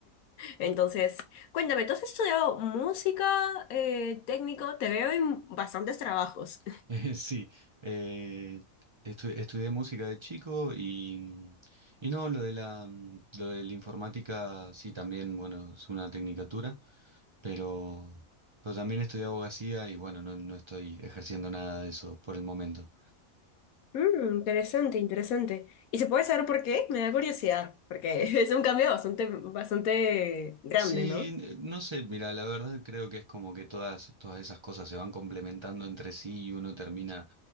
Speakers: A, on the left (about 80°); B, on the right (about 40°).
A: Entonces, cuéntame, ¿tú has estudiado música, eh, técnico? Te veo en bastantes trabajos.
B: <laughs> Sí, eh, estu- estudié música de chico y, y no, lo de la, lo de la informática, sí, también, bueno, es una tecnicatura, pero, pero también estudié abogacía y bueno, no, no estoy ejerciendo nada de eso por el momento.
A: Mm, interesante, interesante. ¿Y se puede saber por qué? Me da curiosidad, porque <laughs> es un cambio bastante, bastante grande,
B: Sí,
A: ¿no?
B: no sé, mira, la verdad creo que es como que todas, todas esas cosas se van complementando entre sí y uno termina,